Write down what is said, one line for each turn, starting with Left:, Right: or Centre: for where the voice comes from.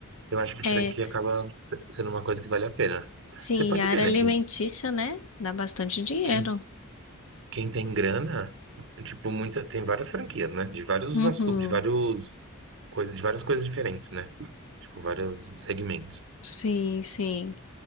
Right: Eu acho que
Left: É,
Right: franquia acaba se- sendo uma coisa que vale a pena.
Left: Sim,
Right: Você pode
Left: a
Right: ver,
Left: área
Right: né?
Left: alimentícia,
Right: Quem,
Left: né? Dá bastante dinheiro.
Right: quem, quem tem grana, tipo, muita, tem várias franquias, né? De vários
Left: Uhum.
Right: assuntos, de vários coisas, de várias coisas diferentes, né? Tipo, vários segmentos.
Left: Sim, sim.